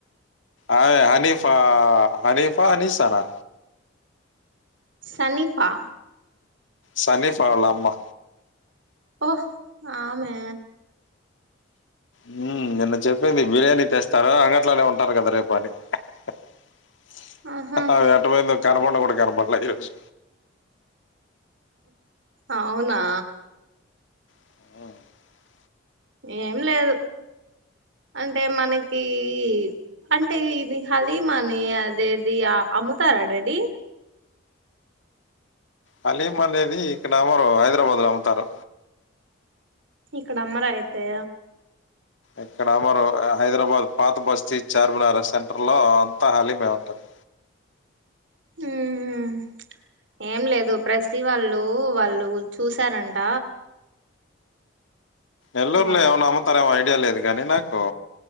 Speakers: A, on the left; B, on the right.
A: ఆమె హనీఫా హనీఫా అనీస్తానా
B: సనీఫా
A: సనీఫ వాళ్ళమ్మా
B: ఓ ఆమె
A: హ్మ్ నిన్న చెప్పింది బిర్యానీ తెస్తారా అంగట్లోనే ఉంటారు కదా రేపు అని <unintelligible>
B: ఆహా
A: కనపడ్ను గూడ కనపల్లే ఈరోజు
B: అవునా
A: <inaudible>
B: ఏం లేదు. అంటే మనకీ అంటే ఇది హలీమని అదేది ఆ అమ్ముతారా రెడీ
A: హలీం అనేది ఇక్కడమ్మరూ హైదరాబాదు లో అమ్ముతారు.
B: ఇక్కడమ్మరా అయితే
A: ఇక్కడమ్మరూ హైదరాబాద్ పాత బస్తీ చార్మినార్ సెంటర్ లో అంతా హలీమే ఉంటది.
B: మ్మ్ ఏం లేదు ప్రస్సి వాళ్ళు వాళ్ళు చూసారంట
A: ఏళ్లర్లే
B: ఆ
A: అవునమ్ముతారేమో ఐడియాలేదు. గనీ నాకు